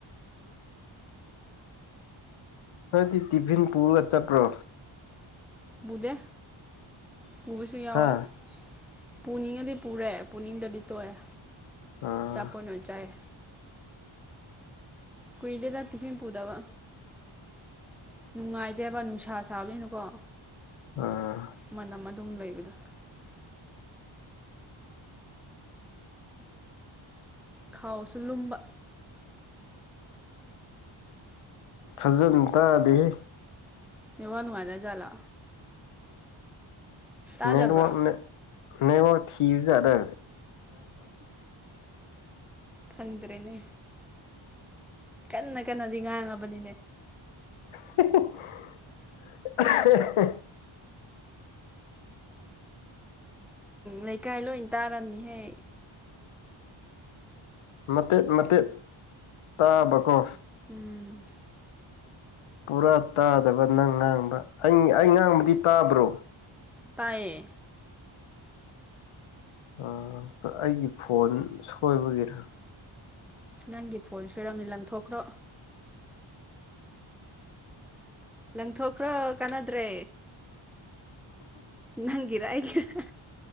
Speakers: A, on the left; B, in the centre.
A: ꯅꯪꯗꯤ ꯇꯤꯐꯤꯟ ꯄꯨꯔꯒ ꯆꯠꯄ꯭ꯔꯣ
B: ꯄꯨꯗꯦ ꯄꯨꯕꯁꯨ ꯌꯥꯎꯋꯦ
A: ꯍꯥ
B: ꯄꯨꯅꯤꯡꯉꯗꯤ ꯄꯨꯔꯦ ꯄꯨꯅꯤꯡꯗꯗꯤ ꯇꯣꯛꯑꯦ
A: ꯑꯥ
B: ꯆꯄꯣꯠ ꯑꯣꯏꯅ ꯆꯥꯏꯌꯦ ꯀꯨꯏꯗꯦꯗ ꯇꯤꯐꯤꯟ ꯄꯨꯗꯕ ꯅꯨꯡꯉꯥꯏꯗꯦꯕ ꯅꯨꯡꯁꯥ ꯁꯥꯕꯅꯤꯅꯀꯣ
A: ꯑꯥ
B: ꯃꯅꯝ ꯑꯗꯨꯝ ꯂꯩꯕꯗꯣ ꯈꯥꯎꯁꯨ ꯂꯨꯝꯕ
A: ꯐꯖꯟ ꯇꯥꯗꯦꯍꯦ
B: ꯅꯦꯠꯋꯥꯛ ꯅꯨꯡꯉꯥꯏꯇꯖꯥꯠꯂ ꯇꯥꯗꯕ꯭ꯔꯣ
A: ꯅꯦꯠꯋꯥꯔꯛ ꯅꯦꯠꯋꯥꯔꯛ ꯊꯤꯕꯖꯥꯠꯂ
B: ꯈꯪꯗ꯭ꯔꯦꯅꯦ ꯀꯟꯅ ꯀꯟꯅꯗꯤ ꯉꯥꯡꯉꯕꯅꯤꯅꯦ
A: <unintelligible>
B: ꯂꯩꯀꯥꯏ ꯂꯣꯏ ꯇꯥꯔꯝꯅꯤꯍꯦ
A: ꯃꯇꯦꯠ ꯃꯇꯦꯠ ꯇꯥꯕꯀꯣ
B: ꯎꯝ
A: ꯄꯨꯔꯥ ꯇꯥꯗꯕ ꯅꯪ ꯉꯥꯡꯕ ꯑꯩ ꯑꯩ ꯉꯥꯡꯕꯗꯤ ꯇꯥꯕ꯭ꯔꯣ
B: ꯇꯥꯏꯌꯦ
A: ꯑꯣ ꯑꯩꯒꯤ ꯐꯣꯟ ꯁꯣꯏꯕꯒꯤꯔꯥ
B: ꯅꯪꯒꯤ ꯐꯣꯟ ꯁꯣꯏꯔꯝꯅꯤ ꯂꯪꯊꯣꯛꯈ꯭ꯔꯣ ꯂꯪꯊꯣꯛꯈ꯭ꯔꯣ ꯀꯥꯟꯅꯗ꯭ꯔꯦ ꯅꯪꯒꯤꯔ ꯑꯩꯒꯤꯔ